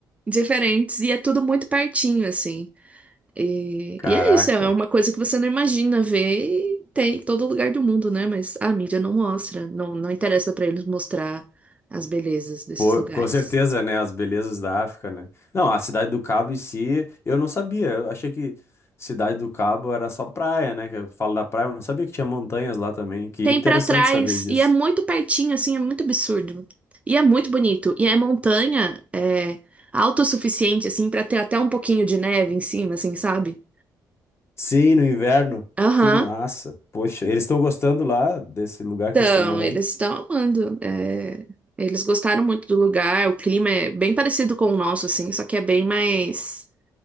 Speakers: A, on the right; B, on the left.
A: diferentes e é tudo muito pertinho, assim. E,
B: caraca.
A: e é isso, é uma coisa que você não imagina ver e tem em todo lugar do mundo, né? Mas a mídia não mostra, não, não interessa pra eles mostrar as belezas desses
B: Pô,
A: lugares.
B: com certeza, né? As belezas da África, né? Não, a Cidade do Cabo em si, eu não sabia. Eu achei que Cidade do Cabo era só praia, né? Que eu falo da praia, mas não sabia que tinha montanhas lá também. Que
A: Tem
B: interessante
A: pra trás
B: saber disso.
A: e é muito pertinho, assim, é muito absurdo. E é muito bonito. E é montanha, é autossuficiente, assim, pra ter até um pouquinho de neve em cima, assim, sabe?
B: Sim, no inverno.
A: Aham.
B: Que massa. Poxa, eles estão gostando lá desse lugar
A: Então,
B: que eles estão morando?
A: eles estão amando. é, Eles gostaram muito do lugar, o clima é bem parecido com o nosso, assim, só que é bem mais.